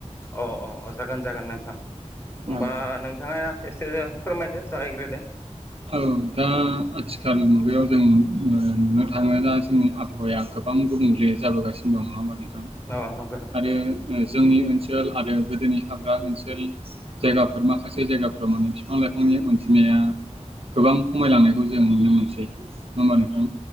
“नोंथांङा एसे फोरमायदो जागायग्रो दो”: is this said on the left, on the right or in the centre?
Left